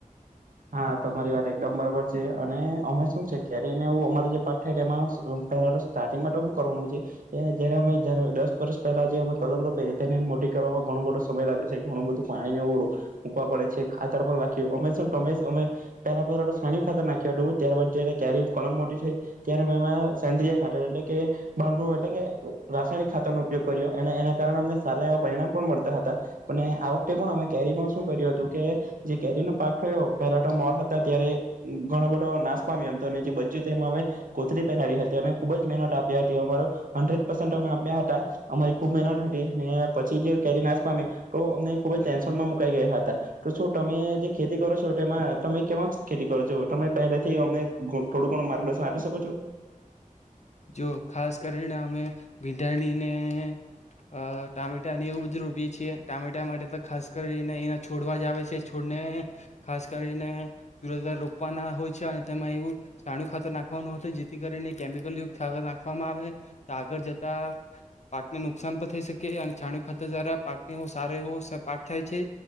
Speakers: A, on the right; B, on the left.
A: હા તમારી વાત એકદમ બરાબર છે અને અમે શું છે કેરીને અમારો જે પાક થાય એમાં પેલા તો સ્ટાર્ટિંગમાં તો હું કરવાનું છે જયારે અમેારે દસ વર્ષ પહેલા જે અમે કલમ રોપેલી, તેને મોટી કરવામાં ઘણો બધો સમય લાગે છે, ઘણું બધું પાણીને એ મૂકવા પડે છે, ખાતર પણ લાખ્યું અમે શું તમે સમે તેના પર હવે સાણયુ ખાતર નાખ્યું હતું, ત્યારબાદ જ્યારે કેરી કલમ મોટી થઈ, ત્યારે એમ મેં સેન્ડીય ખાતર એટલે કે બહાર ન એટલે કે રાસાયણિક ખાતર નો ઉપયોગ કર્યો અને એના કારણે અમને સારા એવા પરિણામ પણ મળતા હતા અને આ વખતે પણ અમે કેરીમાં શું કર્યું હતું કે જે કેરીનો પાક થયો, પેલા તો મોર હતા ત્યારે ઘણો બધો નાશ પામ્યો એમ તો જે બચ્યું એ અમે કોતરી પહેરાવી હતી અને ખુબ જ મહેનત આપ્યા હતી, અમારો હંડ્રેડ પરસંટ અમે આપ્યા હતા, અમારી ખુબ મહેનત હતી અને પછી જે કેરી નાશ પામે તો અમને ખુબ જ ટેન્શનમાં મુકાઈ ગયા હતા તો શું તમે ખેતી કરો છો તો એમાં તમે કેમાં ખેતી કરો છો તમે પહેલાથી અમને થોડું ઘણું માર્ગદર્શન આપી શકો છો?
B: જો ખાસ કરીને અમે ભીંડાડીને, અ ટામેટાને એવું બધું રોપીએ છીએ ટામેટા માટે તો ખાસ કરીને એને છોડવા જ આવે છે છોડને ખાસ કરીને <unintelligible> રોપવાના હોય છે અને તેમાં એવું ચાણયુ ખાતર નાખવાનું હોતુ જેથી કરીને કેમિકલ યુત <unintelligible> નાખવામાં આવે તો આગળ જતા પાકને નુકસાન પણ થઈ શકે અને છાણી ખાતર દ્વારા પાકને એ સારો એવો પાક થાય છે